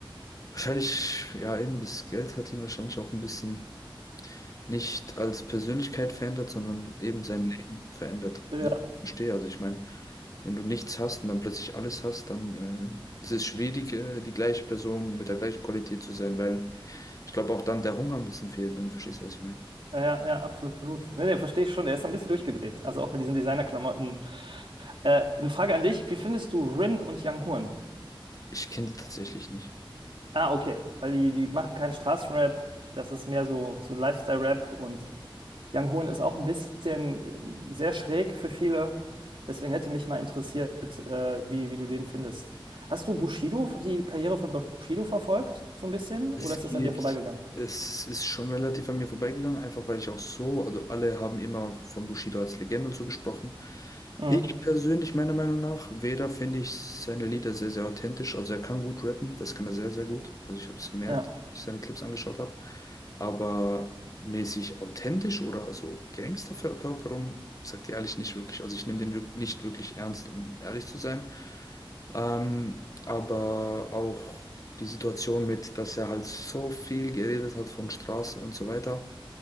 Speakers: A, on the left; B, on the right.
A: Wahrscheinlich, ja, eben das Geld hat ihn wahrscheinlich auch ein bisschen nicht als Persönlichkeit verändert, sondern eben sein Leben verändert.
B: Ja,
A: Das Ich verstehe, also ich meine, wenn du nichts hast und dann plötzlich alles hast, dann äh, ist es schwierig, äh, die gleiche Person mit der gleichen Qualität zu sein, weil ich glaube auch dann der Hunger ein bisschen fehlt, wenn du verstehst, was ich meine.
B: ja, ja, absolut. Nee, nee, verstehe ich schon. Er ist ein bisschen durchgedreht. Also auch mit diesen Designerklamotten. Äh, eine Frage an dich. Wie findest du Rin und Young Horn?
A: Ich kenne die tatsächlich nicht.
B: Ah, okay. Weil die, die machen keinen Straßenrap. Das ist mehr so, so ein Lifestyle-Rap. Und Young Horn ist auch ein bisschen ähm, sehr schräg für viele. Deswegen hätte mich mal interessiert, äh, wie, wie du den findest. Hast du Bushido, die Karriere von Bushido verfolgt? So ein bisschen?
A: Es
B: Oder ist
A: geht,
B: das an dir vorbeigegangen?
A: es ist schon relativ an mir vorbeigegangen, einfach weil ich auch so, also alle haben immer von Bushido als Legende und so gesprochen.
B: Mhm.
A: Ich persönlich, meiner Meinung nach, Weder finde ich seine Lieder sehr, sehr authentisch. Also er kann gut rappen, das kann er sehr, sehr gut. Also ich habe es gemerkt,
B: Ja,
A: als ich seine Clips angeschaut habe. Aber mäßig authentisch oder so Gangsterverkörperung, sagt er ehrlich nicht wirklich. Also ich nehme den wirk- nicht wirklich ernst, um ehrlich zu sein. Ähm, aber auch die Situation mit, dass er halt so viel geredet hat von Straße und so weiter